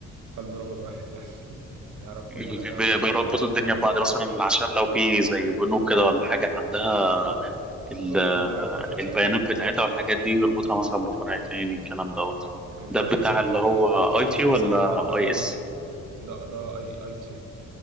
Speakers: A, on the right; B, in the centre.
A: قلب رجل واحد يعني <laughs> يعرف
B: <laughs>
A: كل واحد يعرف
B: بي- بيربطوا
A: يشوف
B: الدنيا
A: اللي عند
B: ببعض
A: التاني
B: مثلا عشان لو
A: بالظبط
B: في زي بنوك كده ولا حاجه عندها
A: بالظبط
B: ال-
A: فأنت ما ينفعش مثلا
B: البيانات بتاعتها والحاجات دي يربطها مثلا بفرع تاني الكلام دوت
A: ما ينفعش
B: ده بتاع
A: مثلا
B: اللي
A: ت- ت-
B: هو
A: ت- تشترك
B: اي تي ولا
A: مثلا في فرع القاهرة
B: اي اس
A: مثلا ده ده اي اي تي